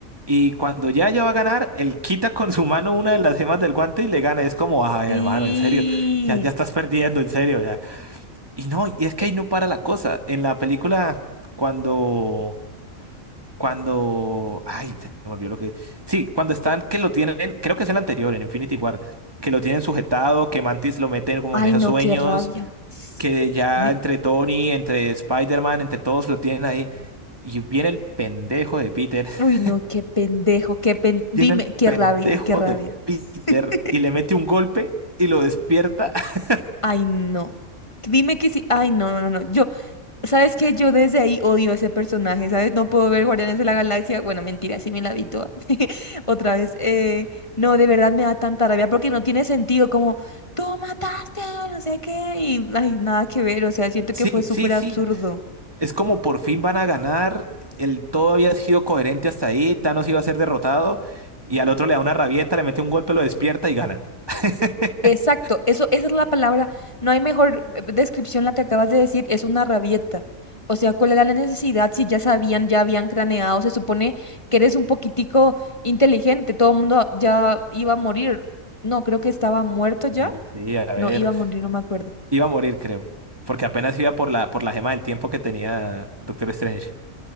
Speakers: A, on the right; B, on the left.
A: Y cuando ya ella va a ganar, él quita con su mano una de las gemas del guante y le gana. Es como, ay,
B: Sí.
A: hermano, en serio, ya, ya estás perdiendo, en serio, ya. Y no, y es que
B: Eh,
A: ahí no para la cosa. En la película, cuando, cuando, ay, se me olvidó lo que. Sí, cuando están, que lo tienen, creo que es el anterior, en Infinity War, que lo tienen sujetado, que Mantis lo meten como
B: Ay,
A: en esos
B: no,
A: sueños
B: qué rabia. <sniffs>
A: que ya entre Tony, entre Spider-Man, entre todos lo tienen ahí. Y viene el pendejo de Peter, <laughs>
B: Uy, no, qué pendejo, qué pen... Dime,
A: viene el
B: qué
A: pendejo
B: rabia, qué rabia.
A: de Peter
B: <laughs>
A: y le mete un golpe y lo despierta. <laughs>
B: Ay, no. Dime que sí. Ay, no, no, no. no. Yo, ¿sabes qué? Yo desde ahí odio a ese personaje, ¿sabes? No puedo ver Guardianes de la Galaxia. Bueno, mentira, sí me la vi toda. <laughs> Otra vez. eh, no, de verdad me da tanta rabia porque no tiene sentido. Como, tú mataste, no sé qué. Y, ay, nada que ver. O sea, siento
A: Sí,
B: que fue súper
A: sí, sí.
B: absurdo.
A: Es como por fin van a ganar. El todo había sido coherente hasta ahí. Thanos iba a ser derrotado y al otro le da una rabieta, le mete un golpe, lo despierta y gana. <laughs>
B: Exacto, eso, esa es la palabra. No hay mejor eh, descripción la que acabas de decir, es una rabieta. O sea, ¿cuál era la necesidad si ya sabían, ya habían craneado? Se supone que eres un poquitico inteligente, todo el mundo ya iba a morir. No, creo que estaba muerto ya.
A: Sí, sí, a ver.
B: No, iba a morir, no me acuerdo.
A: Iba a morir, creo. Porque apenas iba por la, por la gema del tiempo que tenía Doctor Strange.